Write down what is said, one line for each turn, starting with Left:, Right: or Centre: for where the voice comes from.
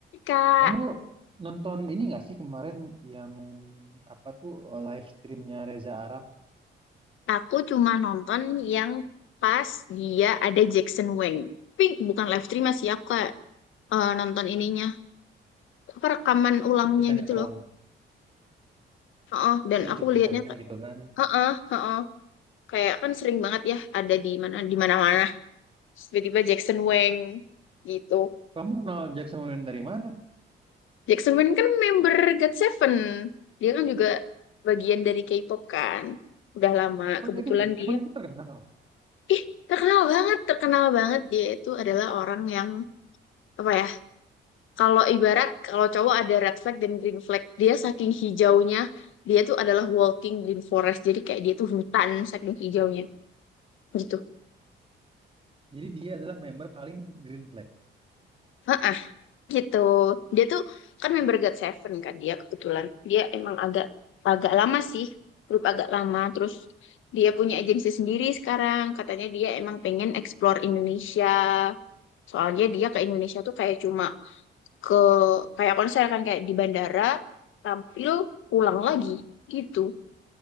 Left: Kak,
Right: Kamu nonton ini nggak sih kemarin yang apa tuh eh, live streamnya Reza Arab?
Left: aku cuma nonton yang pas dia ada Jackson Wang. Tapi bukan live stream sih, aku kayak eh, nonton ininya. Apa rekaman ulangnya
Right: Cuplikannya
Left: gitu
Right: doang.
Left: loh. Heeh, dan
Right: Ya
Left: aku
Right: cuplikannya
Left: lihatnya kayak,
Right: gitu kan.
Left: heeh, heeh. Kayak kan sering banget ya ada di mana di mana-mana. Terus Tiba-tiba Jackson Wang gitu.
Right: Kamu kenal Jackson Wang dari mana?
Left: Jackson Wang kan member God Seven. Dia kan juga bagian dari K-pop kan. Udah lama
Right: Emang
Left: kebetulan
Right: itu
Left: dia
Right: emang itu terkenal.
Left: Ih, terkenal banget, terkenal banget dia itu adalah orang yang apa ya kalau ibarat kalau cowok ada red flag dan green flag dia saking hijaunya dia tuh adalah walking green forest jadi kayak dia tuh hutan saking hijaunya gitu
Right: Jadi dia adalah member paling Green Flag.
Left: Heeh, gitu dia tuh kan member God Seven kan dia kebetulan dia emang agak agak lama sih grup agak lama terus dia punya agensi sendiri sekarang katanya dia emang pengen explore Indonesia soalnya dia ke Indonesia tuh kayak cuma ke kayak konser kan kayak di bandara tampil pulang lagi gitu